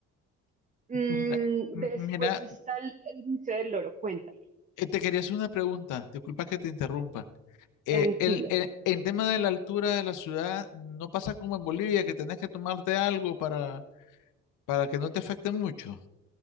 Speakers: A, on the right; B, on the left.
A: Mm,
B: Mira, m-
A: después
B: mira,
A: está el, el Museo del Loro, cuéntame,
B: eh, te quería hacer una pregunta, disculpa que te interrumpa. Eh,
A: tranquilo.
B: el- el- en tema de la altura de la ciudad, ¿no pasa como en Bolivia que tenés que tomarte algo para, para que no te afecte mucho?